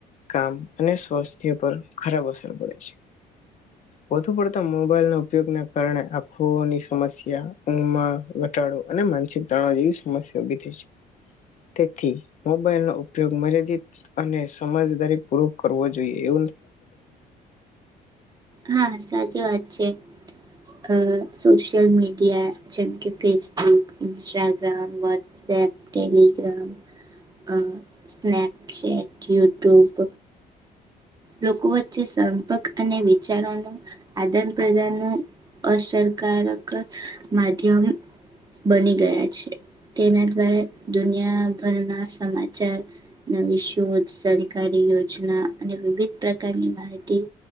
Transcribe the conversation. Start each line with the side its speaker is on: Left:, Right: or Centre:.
Left: કામ અને સ્વાસ્થ્ય પર ખરાબ અસર પડે છે. વધુ પડતા મોબાઈલ ના ઉપયોગના કારણે આંખોની સમસ્યા, ઉંઘ ઘટાડો અને માનસિક તણાવ જેવી સમસ્યા ઉભી થઈ છે. તેથી મોબાઈલનો ઉપયોગ મર્યાદિત અને સમજદારી પૂર્વક કરવો જોઈએ. એ
Right: હા સાચ ચી વાત છે. અ સોશિયલ મીડિયા જેમ કે ફેસબુક, ઇસ્ટાગ્રામ, વોટ્સએપ, ટેલીગ્રામ અ સ્નેપચેટ, યુટ્યુબ લોકો વચ્ચે સંપર્ક અને વિચારોનું આદાન પ્રદાનનું અસરકારક માધ્યમ બની ગયા છે. તેના દ્વારા દુનિયાભરના સમાચાર ના વિષયો, સરકારી યોજના અને વિવિધ પ્રકારની માહિતી